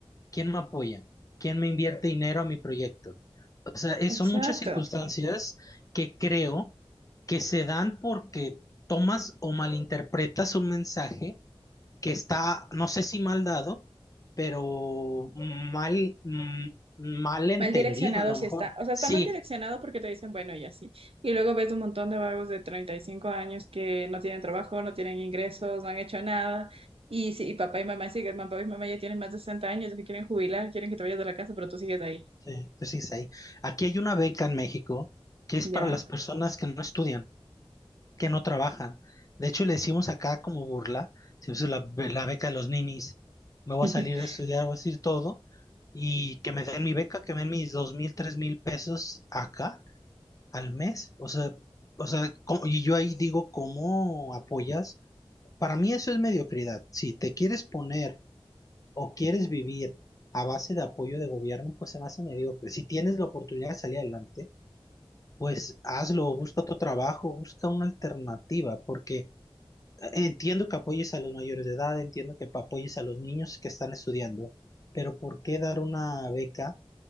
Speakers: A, on the left; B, on the right.
A: ¿Quién me apoya? ¿Quién me invierte dinero a mi proyecto? O sea, eh, son
B: Exacto.
A: muchas circunstancias que creo que se dan porque tomas o malinterpretas un mensaje que está, no sé si mal dado, pero mal, mm, mal entendido
B: Mal direccionado
A: a lo
B: sí
A: mejor.
B: está, o sea,
A: Sí,
B: está mal direccionado porque te dicen, bueno, y así. Y luego ves un montón de vagos de 35 años que no tienen trabajo, no tienen ingresos, no han hecho nada. Y, sí, y papá y mamá siguen, papá y mamá ya tienen más de 60 años, ya se quieren jubilar, quieren que te vayas de la casa, pero tú sigues ahí.
A: sí, sí, sí. es ahí. Aquí hay una beca en México que es
B: Ya.
A: para las personas que no estudian. que no trabajan. De hecho, le decimos acá como burla, si es la, be- la beca de los ninis, me voy
B: <laughs>
A: a salir de estudiar, voy a decir todo, y que me den mi beca, que me den mis dos mil, tres mil pesos acá al mes. O sea, o sea, co- y yo ahí digo, ¿cómo apoyas? Para mí eso es mediocridad. Si te quieres poner o quieres vivir a base de apoyo de gobierno, pues se me hace mediocre. Si tienes la oportunidad de salir adelante, pues hazlo, busca otro trabajo, busca una alternativa, porque Entiendo que apoyes a los mayores de edad, entiendo que apoyes a los niños que están estudiando, pero ¿por qué dar una beca?